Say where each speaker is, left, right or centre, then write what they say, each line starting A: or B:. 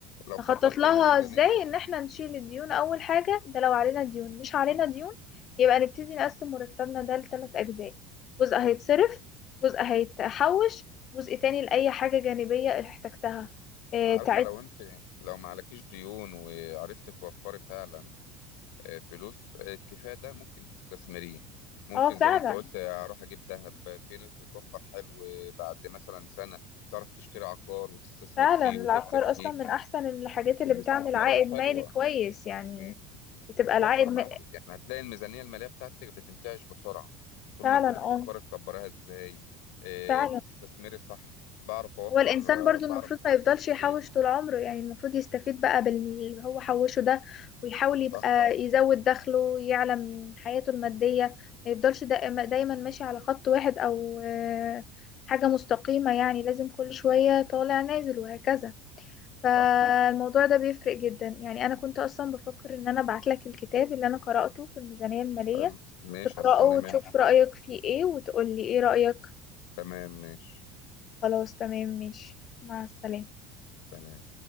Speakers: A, on the left; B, on the left.
A: لو خططت
B: نخطط لها
A: للميزانيه
B: ازاي ان احنا نشيل الديون اول حاجة ده لو علينا ديون مش علينا
A: مم.
B: ديون يبقى نبتدي نقسم مرتبنا ده لثلاث اجزاء جزء هيتصرف جزء هيتحوش جزء تاني لأي حاجة جانبية احتجتها اه
A: عارفه
B: تعبت
A: لو انت لو ما عليكيش ديون وعرفت توفري فعلا آه، فلوس آه، الكفاية ده ممكن تستثمريه ممكن
B: اه فعلا
A: زي ما انت قلت آه، اروح اجيب ذهب آه، في ناس بتوفر حلو آه، بعد مثلا سنة تعرف تشتري عقار وتستثمر
B: فعلا
A: فيه
B: العقار
A: وتكسب فيه
B: اصلا من احسن الحاجات اللي
A: والاستثمارات
B: بتعمل عائد
A: حلوة
B: مالي كويس يعني
A: مم.
B: بتبقى
A: هتوفر
B: العائد
A: معاك
B: م...
A: يعني هتلاقي الميزانية المالية بتاعتك بتنتعش بسرعة طول
B: فعلا
A: ما انت بتفكر
B: اه
A: تكبرها ازاي آه،
B: فعلا
A: بتستثمري صح بعرف اوفر
B: هو الإنسان برضو
A: آه، بعرف
B: المفروض
A: احط
B: ما يفضلش
A: القرش
B: يحوش
A: فين
B: طول عمره يعني المفروض يستفيد بقى باللي هو حوشه ده ويحاول يبقى
A: صح
B: يزود دخله يعلى من حياته المادية ما يفضلش دائما دايما ماشي على خط واحد أو آه، حاجة مستقيمة يعني لازم كل شوية طالع نازل وهكذا فالموضوع
A: صح
B: ده بيفرق جدا يعني أنا كنت أصلا بفكر إن أنا أبعتلك الكتاب اللي أنا قرأته في الميزانية المالية
A: حلو ماشي
B: تقرأه
A: هستنى
B: وتشوف
A: منك
B: رأيك فيه إيه وتقولي إيه رأيك
A: تمام ماشي
B: خلاص تمام ماشي مع السلامة
A: سلام